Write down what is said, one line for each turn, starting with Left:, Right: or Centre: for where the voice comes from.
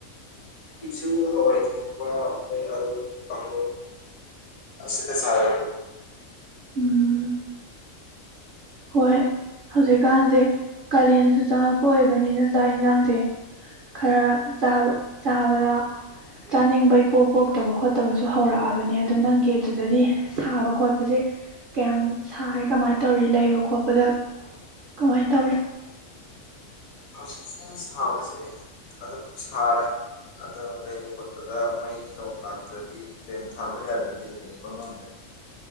Left: ꯑꯩꯁꯨ ꯍꯋꯥꯏ ꯊꯣꯡꯄ ꯑꯩꯈꯣꯏ ꯑꯂꯨ ꯄꯥꯡ ꯑꯁꯤꯗ ꯁꯥꯔꯦ
Right: ꯎꯝ ꯍꯣꯏ ꯍꯧꯖꯤꯛꯀꯥꯟꯁꯦ ꯀꯥꯂꯦꯟꯁꯨ ꯆꯪꯉꯛꯄ ꯑꯣꯏꯕꯅꯤꯅ ꯆꯥꯛ ꯌꯦꯟꯁꯥꯡꯁꯦ ꯈꯔ ꯆꯥꯕꯗ ꯆꯥꯅꯤꯡꯕ ꯏꯄꯣꯛ ꯄꯣꯛꯇꯕ ꯈꯣꯠꯇꯕꯁꯨ ꯍꯧꯔꯛꯑꯕꯅꯦ ꯑꯗꯨꯗꯣ ꯅꯪꯒꯤ ꯑꯗꯨꯗꯗꯤ ꯁꯥꯕ ꯈꯣꯠꯄꯁꯦ ꯀꯌꯥꯝ ꯁꯥꯔꯤꯦ ꯀꯃꯥꯏꯅ ꯇꯧꯔꯤ ꯂꯩꯕ ꯈꯣꯠꯄꯗ ꯀꯃꯥꯏ ꯇꯧꯔꯤ
Left: ꯍꯧꯖꯤꯛ ꯁꯥꯕꯁꯦ ꯑꯗꯨꯝ ꯁꯥꯔꯦ ꯑꯗꯣ ꯂꯩꯕ ꯈꯣꯠꯄꯗ ꯃꯩ ꯅꯣꯡ ꯂꯥꯛꯇ꯭ꯔꯗꯤ ꯐꯦꯟ ꯊꯥꯕ ꯌꯥꯗ꯭ꯔꯗꯤ ꯂꯩꯕ ꯉꯝꯗꯦ